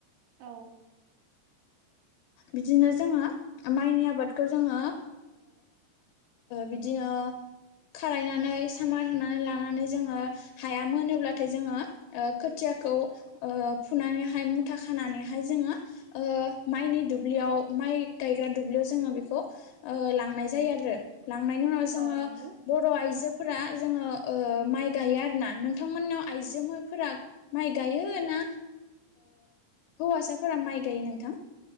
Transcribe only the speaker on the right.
औ
औ नंगौ